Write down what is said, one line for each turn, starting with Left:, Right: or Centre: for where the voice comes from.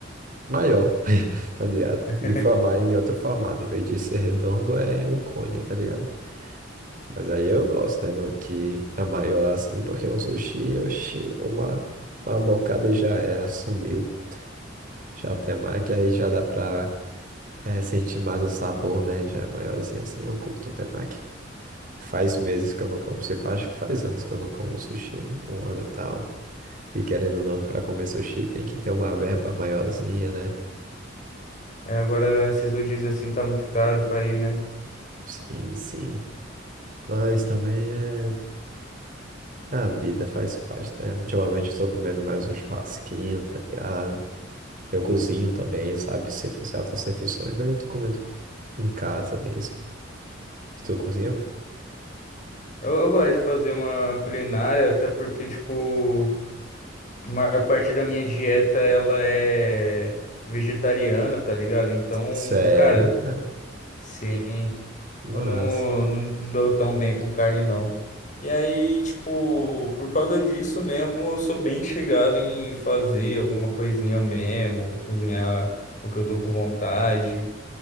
Right: maior, <laughs> tá ligado?
Left: <laughs>
Right: Em, forma, em outro formato. Em vez de ser redondo, é um cone, tá ligado? Mas aí eu gosto, né, mano? Que é maior assim, porque é um sushi, oxe, uma, uma bocada e já era, sumiu. Já o temaki, aí já dá pra eh, sentir mais o sabor, né? Já é maiorzinho assim, eu curto o temaki. Faz meses que eu não como ceviche, acho que faz anos que eu não como um sushi, hein? um ano e tal. E querendo ou não, para comer sushi tem que ter uma verba maiorzinha, né?
Left: É, Agora, esses rodízios assim tá muito caro pra ir, né?
Right: Sim, sim. Mas também é a vida, faz parte, né? Ultimamente eu tô comendo mais um churrasquinho, tá ligado? Eu cozinho também, sabe? Se fazer altas refeições, daí eu tô comendo em casa mesmo. Estou cozinhando?
Left: Eu, eu gosto de fazer uma culinária, até porque, tipo, a maior parte da minha dieta ela é vegetariana, tá ligado? Então,
Right: Sério,
Left: cara,
Right: cara?
Left: sim,
Right: Mas.
Left: eu não, não dou tão bem com carne, não. E aí, tipo, por causa disso mesmo, eu sou bem chegado em fazer alguma coisinha eu mesmo, cozinhar o que eu tô com vontade.